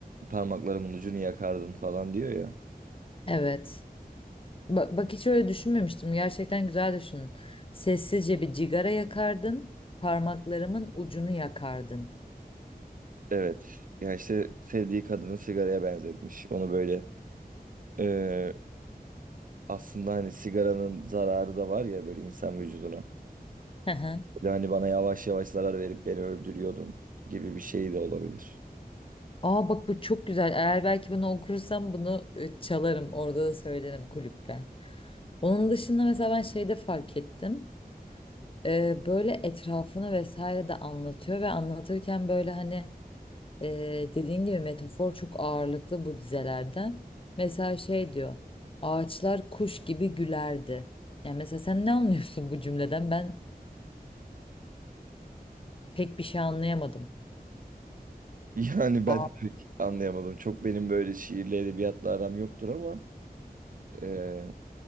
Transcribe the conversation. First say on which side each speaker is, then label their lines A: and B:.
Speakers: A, on the right; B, on the left.
A: Parmaklarımın ucunu yakardın falan diyor ya.
B: evet. Bak, bak hiç öyle düşünmemiştim. Gerçekten güzel düşünün. Sessizce bir cigara yakardın, parmaklarımın ucunu yakardın.
A: Evet. Ya işte sevdiği kadını sigaraya benzetmiş. Onu böyle e, aslında hani sigaranın zararı da var ya böyle insan vücuduna.
B: Hı hı.
A: Böyle hani bana yavaş yavaş zarar verip beni öldürüyordun gibi bir şey de olabilir. <laughs>
B: Aa bak bu çok güzel. Eğer belki bunu okursam bunu e, çalarım. Orada da söylerim kulüpte. Onun dışında mesela ben şeyde fark ettim. Ee, böyle etrafını vesaire de anlatıyor ve anlatırken böyle hani Ee, dediğin gibi metafor çok ağırlıklı bu dizelerden. Mesela şey diyor. Ağaçlar kuş gibi gülerdi. Yani mesela sen ne anlıyorsun bu cümleden? Ben pek bir şey anlayamadım.
A: Yani ben
B: Aa,
A: de pek anlayamadım. Çok benim böyle şiirle edebiyatla aram yoktur ama e,